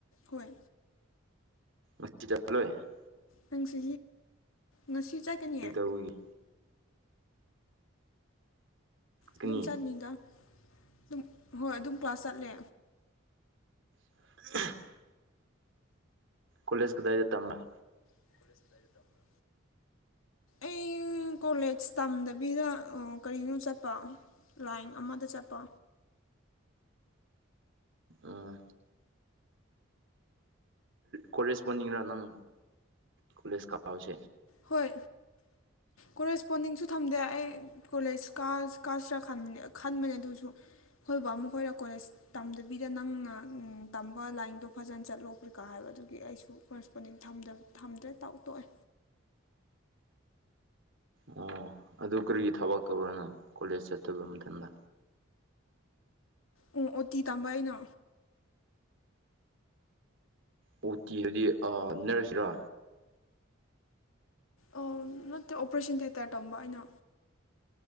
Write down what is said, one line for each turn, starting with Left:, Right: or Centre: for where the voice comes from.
Left: ꯍꯣꯏ
Right: <unintelligible>
Left: ꯅꯪꯁꯤ ꯉꯁꯤ ꯆꯠꯀꯅꯤ
Right: ꯀꯔꯤ ꯇꯧꯔꯨꯒꯦ ꯀꯅꯤ
Left: ꯑꯗꯨꯝ ꯆꯠꯅꯤꯡꯗ ꯑꯗꯨꯝ ꯍꯣꯏ ꯑꯗꯨꯝ ꯀ꯭ꯂꯥꯁ ꯆꯠꯂꯦ
Right: <inaudible> ꯀꯣꯂꯦꯖ ꯀꯗꯥꯏꯗ ꯇꯝꯃ
Left: <inaudible> ꯑꯩ ꯀꯣꯂꯦꯖ ꯇꯝꯗꯕꯤꯗ ꯑꯥ ꯀꯔꯤꯅꯣ ꯆꯠꯄ ꯂꯥꯏꯡ ꯑꯃꯗ ꯆꯠꯄ
Right: ꯑꯥ ꯀꯣꯂꯦꯖ ꯄꯣꯟꯅꯤꯡꯔ ꯅꯪ ꯀꯣꯂꯦꯖ ꯀꯥꯕꯁꯦ
Left: ꯍꯣꯏ ꯀꯣꯔꯦꯁꯄꯣꯟꯗꯤꯡꯁꯨ ꯊꯝꯗꯦ ꯑꯩ ꯀꯣꯂꯦꯖ ꯀ ꯀꯥꯁꯤꯔꯕ ꯈꯟꯕꯅꯦ ꯑꯗꯨꯁꯨ ꯑꯩꯈ‌ꯣꯏ ꯕꯥꯃ‌ꯣ ꯀꯣꯂꯦꯖ ꯇꯝꯗꯕꯤꯗ ꯅꯪꯅ ꯎꯝ ꯇꯝꯕ ꯂꯥꯏꯟꯗꯣ ꯐꯖꯟ ꯆꯠꯂꯣ ꯀꯔꯤ ꯀꯥ ꯍꯥꯏꯕ ꯑꯗꯨꯒꯤ ꯑꯩꯁꯨ ꯀꯣꯔꯦꯁꯄꯣꯟꯗꯤꯡ ꯊꯝꯗ ꯊꯝꯗ꯭ꯔꯦ ꯇꯥꯎ ꯇꯣꯛꯑꯦ
Right: ꯑꯣ ꯑꯗꯨ ꯀꯔꯤꯒꯤ ꯊꯕꯛ ꯇꯧꯕꯔ꯭ ꯅ ꯀꯣꯂꯦꯖ ꯆꯠꯇꯕ ꯃꯇꯝꯗ
Left: ꯑꯣ ꯑꯣ ꯇꯤ ꯇꯥꯝꯕ ꯑꯩꯅ
Right: ꯑꯣ ꯇꯤ ꯍꯥꯏꯗꯤ ꯑꯥ ꯅꯔꯁ ꯔꯥ
Left: ꯑꯣ ꯅꯠꯇꯦ ꯑꯣꯄꯔꯦꯁꯟ ꯊꯦꯇꯔ ꯇꯝꯕ ꯑꯩꯅ